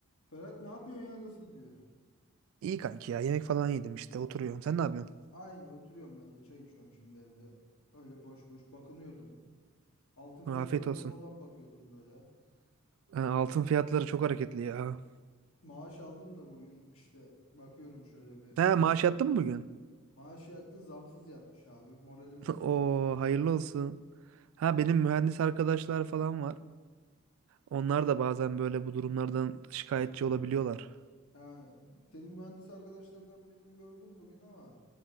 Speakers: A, on the left; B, on the right.
A: Ferhat ne yapıyorsun ya nasıl gidiyor?
B: İyi kanki ya. Yemek falan yedim işte. Oturuyorum. Sen ne yapıyorsun?
A: Aynı oturuyorum ben de çay içiyorum şimdi evde. Öyle boş boş bakınıyordum. Altın fiyatlarına
B: Afiyet olsun.
A: falan bakıyordum böyle.
B: Ha, Altın fiyatları çok hareketli ya.
A: Maaş aldım da bugün işte bakıyorum şöyle bir.
B: Ha
A: Ne?
B: maaş yattın mı bugün?
A: Maaş yattı zamsız yatmış abi. Moralim
B: <laughs>
A: bozdu
B: Oo
A: bir tık
B: hayırlı
A: da.
B: olsun. Ha benim mühendis arkadaşlar falan var. Onlar da bazen böyle bu durumlardan şikayetçi olabiliyorlar.
A: Yani senin mühendis arkadaşlardan birini gördüm bugün ama